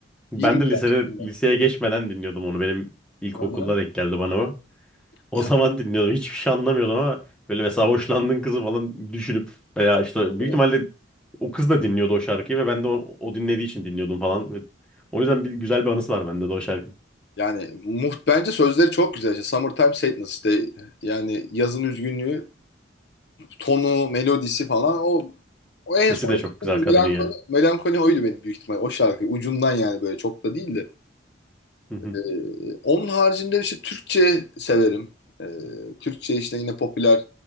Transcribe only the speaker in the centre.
Ben
de lisede
liseye geçmeden dinliyordum onu. Benim ilkokulda
denk geldi bana o. O
zaman dinliyordum. Hiçbir şey anlamıyordum ama böyle mesela hoşlandığın kızı falan düşünüp veya işte büyük
ihtimalle o kız da dinliyordu o şarkıyı ve ben de o, o dinlediği için dinliyordum falan. Ve O yüzden bir güzel bir anısı var bende de o şarkının.
Sesi
de çok güzel kadının
ya.
<laughs>